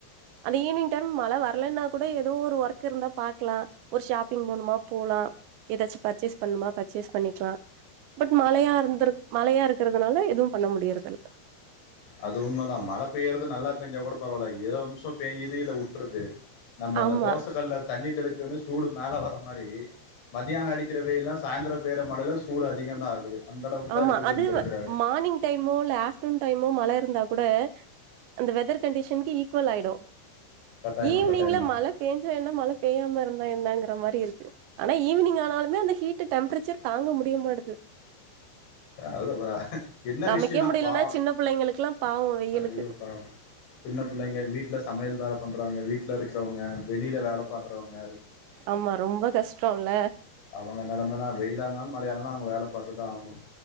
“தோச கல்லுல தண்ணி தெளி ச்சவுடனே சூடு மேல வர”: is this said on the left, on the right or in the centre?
Left